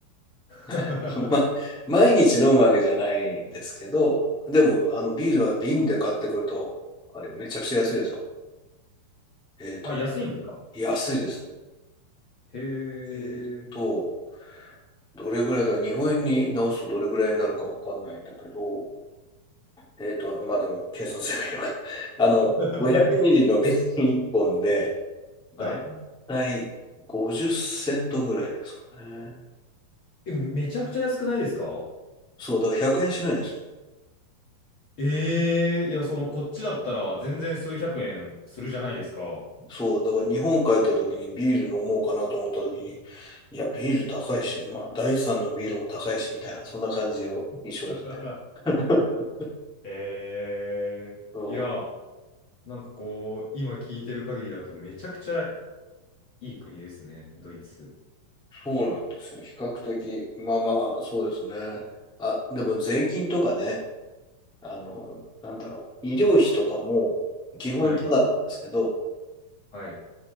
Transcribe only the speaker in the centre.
<laughs> ま毎日飲むわけじゃないんですけど、でも、あの、ビールは瓶で買ってくると、あれめちゃくちゃ安いですよ。えっとね、
安いです。
えっと、
どれぐらいだ、日本円に直すとどれぐらいになるかわかんないんだけど、えっと、まあでも、計算すればいいのか。<laughs> あの、
500ミリの瓶1本で、だいたい50セントぐらいですかね。
そう、だから100円しないんですよ。
そう、だから日本帰った時にビール飲もうかなと思った時に、いや、ビール高いし、まあ、第3のビールも高いし、みたいな、そんな感じを印象ですね。
<laughs>
そう、
そうなんですよ。比較的、まあまあ、そうですね。あ、でも税金とかね、あの、なんだろう、医療費とかも基本ただなんですけど、